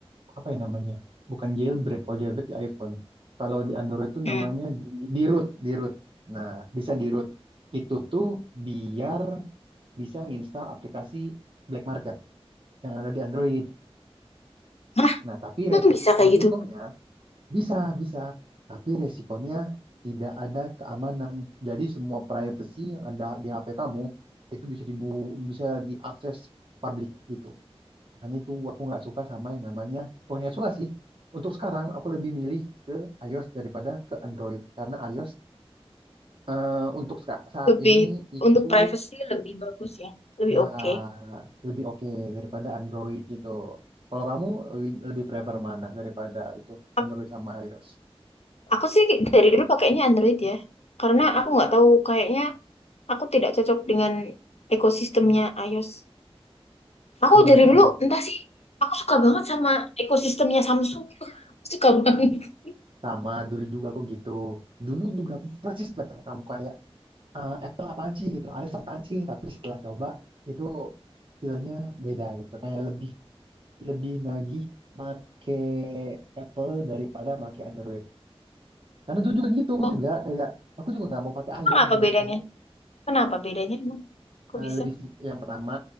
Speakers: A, on the right; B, on the left.
A: apa ya namanya? Bukan jailbreak, kalau jailbreak di iPhone. Kalau di Android tuh
B: Hmm.
A: namanya di, di root, di root. Nah, bisa di root. Itu tuh biar bisa nginstal aplikasi black market yang ada di Android.
B: Hah,
A: Nah, tapi
B: emang
A: resi-
B: bisa kayak
A: resikonya
B: gitu?
A: bisa, bisa. Tapi resikonya tidak ada keamanan. Jadi semua privacy yang ada di HP kamu itu bisa dibu bisa diakses publik gitu. Makanya itu aku nggak suka sama yang namanya, bukan nggak suka sih. Untuk sekarang aku lebih milih ke iOS daripada ke Android karena iOS eh, untuk ska- saat
B: Lebih,
A: ini itu
B: untuk privacy lebih bagus ya, lebih
A: Ya,
B: oke.
A: lebih oke daripada Android gitu. Kalau kamu lebih lebih prefer mana daripada itu
B: Ak-
A: Android sama iOS?
B: Aku sih dari dulu pakainya Android ya, karena aku nggak tahu kayaknya Aku tidak cocok dengan ekosistemnya iOS. Aku
A: Sebenarnya
B: dari dulu
A: ya
B: entah sih. Aku suka banget sama ekosistemnya Samsung. <laughs> Aku suka banget.
A: sama dulu juga aku gitu. Dulu juga aku persis banget sama kamu kayak eh, Apple apaan sih gitu, iOS apaan sih? Tapi setelah coba itu feelnya beda gitu. Kayak lebih lebih nagih make Apple daripada make Android. Karena dulu juga gitu, aku
B: Oh,
A: juga kayak aku juga nggak mau pakai iOS
B: apa
A: itu nggak
B: bedanya?
A: mau.
B: Kenapa bedanya? emang? Kok
A: Eh,
B: bisa?
A: lebih sim- yang pertama,